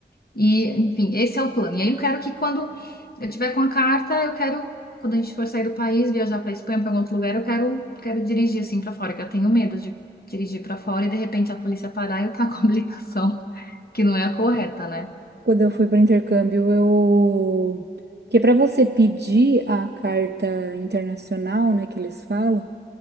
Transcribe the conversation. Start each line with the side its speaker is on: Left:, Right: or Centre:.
Left: E, enfim, esse é o plano. E aí eu quero que quando eu tiver com a carta, eu quero, quando a gente for sair do país, viajar para Espanha, para algum outro lugar, eu quero, quero dirigir, assim, para fora, que eu tenho medo de dirigir para fora e, de repente, a polícia parar e eu tá com a habilitação, que não é a correta, né?
Right: Quando eu fui para intercâmbio, eu. Porque para você pedir a carta internacional, né, que eles falam.